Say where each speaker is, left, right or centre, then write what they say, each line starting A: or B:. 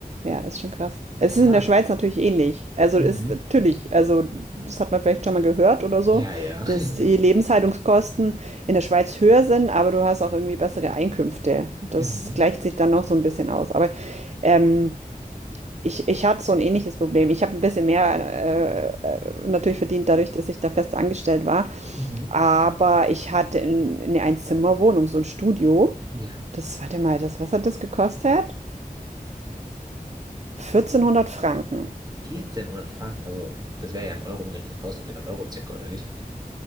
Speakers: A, on the right (about 50°); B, on the right (about 25°).
A: Ja, ist schon krass. Es
B: Ja,
A: ist in der Schweiz natürlich ähnlich. Also
B: Mhm.
A: ist natürlich, also das hat man vielleicht schon mal gehört oder so,
B: ja, ja.
A: dass
B: <laughs>
A: die Lebenshaltungskosten in der Schweiz höher sind, aber du hast auch irgendwie bessere Einkünfte. Das
B: Mhm.
A: gleicht sich dann noch so ein bisschen aus. Aber ähm, Ich ich hatte so ein ähnliches Problem. Ich habe ein bisschen mehr, äh, äh, natürlich verdient dadurch, dass ich da fest angestellt war.
B: Mhm.
A: Aber ich hatte 'n 'ne Einzimmerwohnung, so ein Studio.
B: Ja.
A: Das warte mal, das was hat das gekostet? 1.400 Franken.
B: 1400 Franken, also das wäre ja in Euro umgerechnet 1400 Euro circa, oder nicht?